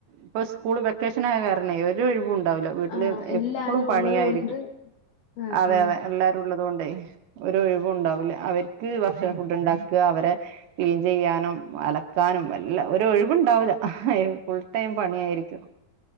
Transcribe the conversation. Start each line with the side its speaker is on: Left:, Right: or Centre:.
Right: ഇപ്പൊ സ്കൂള് വെക്കേഷനായ കാരണേ ഒരു ഒഴിവു ണ്ടാവൂല വീട്ടില്
Left: ആ, ആ, എല്ലാരും
Right: എപ്പളു പണിയായിരിക്കും
Left: ഉള്ളത് കൊണ്ട് ആ,
Right: അതെ
Left: ആ.
Right: അതെ എല്ലാര ട്ടുള്ളത് കൊണ്ടേ ഒരു ഒഴിവും ഉണ്ടാവൂല്ല അവർക്ക് ഭക്ഷണ ഫുഡ് ഉണ്ടാക്ക അവരെ ക്ലീൻ ചെയ്യാനും അലക്കാനും എല്ലാം ഒര് ഒഴിവ്ണ്ടാവൂല. ഫുൾ ടൈം പണിയായിരിക്കും